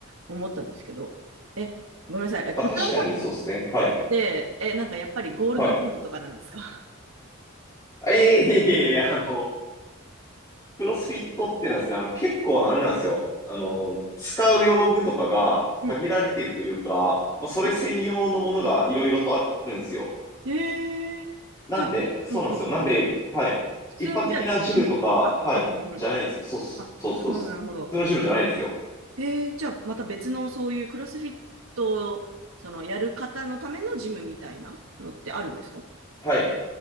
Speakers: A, on the right; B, on the left.
A: 思ったんですけど、え、ごめんなさい、え小太郎さんっ
B: まあ確かにそうですね。はい。
A: て、え、なんかやっぱりゴールドジムとかなんですか
B: はい。あ、いえいえいえいえ、あの、クロスフィットっていうのはですね、あの、結構あれなんですよ。あの、使う用具とかが限られているというか、
A: うん。
B: まあ、それ専用のものがいろいろとあるんですよ。
A: えへえじゃあ、
B: なんで、そうなんですよ。
A: うんうんうん。
B: なんで、はい。
A: 普通のじゃあ、
B: 一般的なジムとか、
A: ジムには、あ、
B: はい、
A: うんうんうん。
B: じゃないんですよ。そう、そう、
A: あ、なるほど、
B: そう、普
A: なるほど。
B: 通のジムじゃないんですよ。
A: えー、じゃあまた別のそういうクロスフィットを、そのやる方のためのジムみたいなのってあるんですか
B: はい。